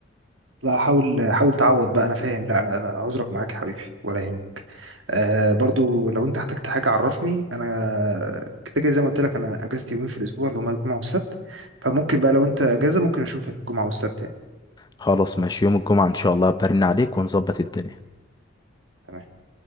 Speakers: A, on the right; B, on the left.
A: لا حاول حاول تعوض بقى انا فاهم لا انا انا عذرك معاك يا حبيبي ولا يهمك آه برضو لو انت احتجت حاجه عرفني انا كده كده زي ما قلت لك انا اجازتي يومين في الاسبوع اللي هما الجمعه والسبت فممكن بقى لو انت اجازه ممكن اشوفك الجمعه والسبت يعني
B: خلاص ماشي يوم الجمعه ان شاء الله برن عليك ونظبط الدنيا
A: تمام